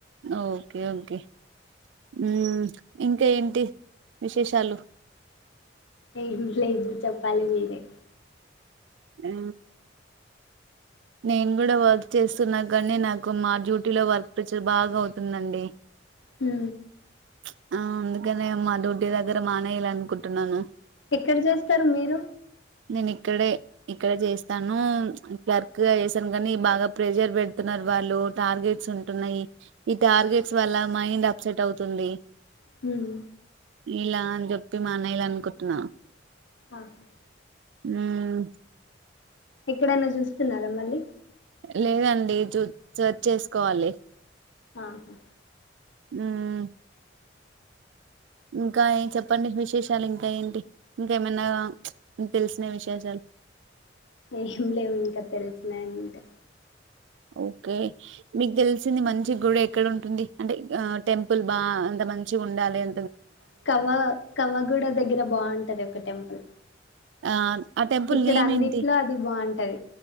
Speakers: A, on the right; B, on the left.
A: Okay okay. ఉమ్ ఇంకా ఏంటి విశేషాలు.
B: ఏం లేదు చెప్పాలి మీరే.
A: ఆ నేను కూడా వర్క్ చేస్తున్నా గానీ, నాకు మా డ్యూటీలో వర్క్ ప్రెషర్ బాగా అవుతుందండి.
B: హ్మ
A: ప్చ్ ఆ అందుకనే మా డ్యూటీ దగ్గర మానెయల అనుకుంటున్నాను.
B: ఎక్కడ చేస్తారు మీరు
A: నేను ఇక్కడే ఇక్కడ చేస్తాను క్లర్క్ గా చేసాను కానీ బాగా ప్రెషర్ పెడుతున్నారు వాళ్ళు టార్గెట్స్ ఉంటున్నాయి ఈ టార్గెట్స్ వల్ల మైండ్ అప్సెట్ అవు తుంది
B: హమ్
A: ఇలా అని చెప్పి మానేయ్యలా అనుకుంటున్నాను
B: ఆహా
A: ఉమ్
B: ఎక్కడైనా చూస్తున్నారా మళ్ళీ
A: లేదండి జూ సర్చ్ చేసుకోవాలి
B: ఆహా
A: హమ్ ఇంకా చెప్పండి విశేషాలు ఇంకా ఏంటి ఇంకా ఏమన్నా తెలిసిన విశేషాలు
B: ఏం లేవు ఇంకా తెలిసినాయి అంటే
A: ఓకే మీకు తెలిసింది మంచి గుడి ఎక్కడ ఉంటుంది అంటే ఆ టెంపుల్ బా అంత మంచి ఉండాలే అ
B: కవ్వ కవ్వగూడ దగ్గర బాగుంటది ఒక టెంపుల్
A: ఆ ఆ టెంపుల్
B: ఇక్కడ
A: నేమ్
B: అన్నిట్లో
A: ఏంటి
B: అది బాగుంటది